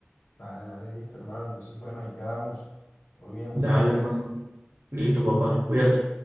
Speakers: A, on the left (about 65°); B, on the right (about 80°).
A: Dale, dale, listo, hermano. Entonces, bueno, ahí quedamos. Muy bien, muchas
B: Dale,
A: gracias.
B: hermano. Listo, papá, cuídate.